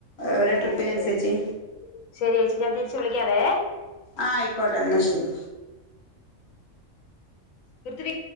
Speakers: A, on the left (about 55°); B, on the left (about 80°).
A: ഓരേ
B: ഉം
A: ട്രിപ്പിനനുസരിച്ച്.
B: ശരി ശരി ശരിയാ ഞാൻ തിരിച്ചു വിളിക്കാ വെ.
A: ആഹ ആയിക്കോട്ടെ എന്നാ ശരി
B: ഇത്തിരി